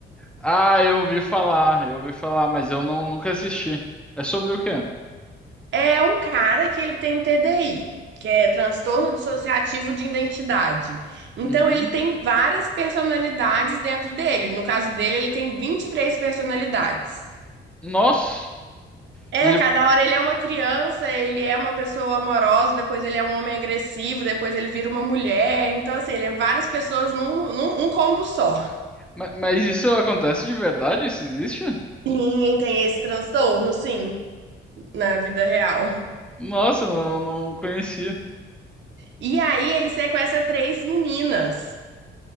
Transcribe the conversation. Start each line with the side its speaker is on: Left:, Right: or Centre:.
Centre: ah, eu ouvi falar, eu ouvi falar, mas eu não, nunca assisti. É sobre o quê?
Right: É um cara que ele tem TDI, que é transtorno dissociativo de identidade. Então
Centre: Uhum.
Right: ele tem várias personalidades dentro dele. No caso dele, ele tem 23 personalidades.
Centre: Nossa!
Right: É,
Centre: E ele,
Right: cada hora ele é uma criança, ele é uma pessoa amorosa, depois ele é um homem agressivo, depois ele vira uma mulher. Então, assim, ele é várias pessoas num, num um combo só.
Centre: Ma- Mas isso acontece de verdade? Isso existe?
Right: Sim, tem esse transtorno, sim, na vida real.
Centre: Nossa, não, não conhecia.
Right: E aí ele sequestra três meninas.